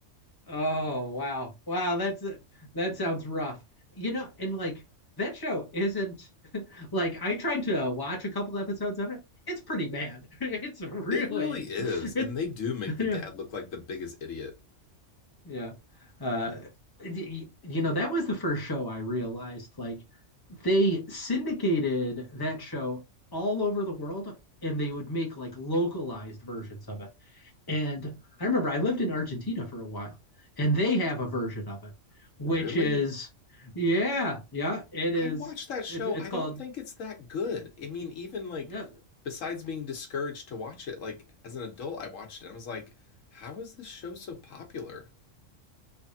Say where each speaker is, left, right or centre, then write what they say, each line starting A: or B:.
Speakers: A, on the left; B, on the left.
A: Oh, wow. Wow. That's that sounds rough. You know, and like that show isn't like I tried to watch a couple episodes of it. It's pretty bad. <laughs> It's really
B: It really is.
A: it's
B: And they do
A: <laughs>
B: make the
A: yeah.
B: dad look like the biggest idiot.
A: Yeah. Uh, y- you know, that was the first show I realized like they syndicated that show all over the world and they would make like localized versions of it. And I remember I lived in Argentina for a while and they have a version of it, which
B: Really?
A: is, yeah, yeah, it is.
B: I watched that show.
A: It's, it's
B: I
A: called,
B: don't think it's that good. I mean, even like,
A: yeah,
B: besides being discouraged to watch it, like as an adult, I watched it and I was like, how is this show so popular?